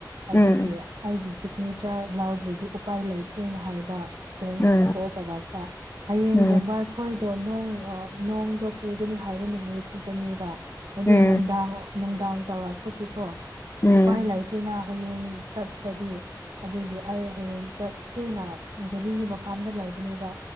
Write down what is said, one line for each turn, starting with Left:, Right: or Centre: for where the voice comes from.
Right: ꯑꯗꯨꯒꯤ
Left: ꯎꯝ
Right: ꯑꯩꯒꯤ ꯁꯤꯛꯅꯦꯆꯔ ꯂꯥꯎꯗ꯭ꯔꯗꯤ ꯎꯄꯥꯏ ꯂꯩꯇ꯭ꯔꯦꯅ ꯍꯥꯏꯕ ꯕꯦꯡꯗꯒꯤ
Left: ꯎꯝ
Right: ꯀꯣꯜ ꯇꯧꯔꯛꯄ ꯍꯌꯦꯡꯒꯨꯝꯕ
Left: ꯎꯝ
Right: ꯑꯩꯈꯣꯏ ꯑꯣ ꯅꯣꯡ ꯅꯣꯡꯗꯣ ꯄꯨꯒꯅꯤ ꯍꯥꯏꯕ ꯅꯨꯃꯤꯠꯇꯨꯗꯅꯦꯕ ꯍꯥꯏꯗꯤ
Left: ꯎꯝ
Right: ꯅꯣꯡꯗꯥꯡ ꯅꯨꯡꯗꯥꯡ ꯇꯧꯔꯛꯄꯒꯤꯀꯣ
Left: ꯎꯝ
Right: ꯎꯄꯥꯏ ꯂꯩꯇ꯭ꯔꯤꯅ ꯍꯌꯦꯡ ꯆꯠꯇ꯭ꯔꯗꯤ ꯑꯗꯨꯒꯤ ꯑꯩ ꯍꯌꯦꯡ ꯆꯠ ꯀꯦꯅ ꯘꯔꯤꯒꯤ ꯃꯐꯝꯗ ꯂꯩꯕꯅꯦꯕ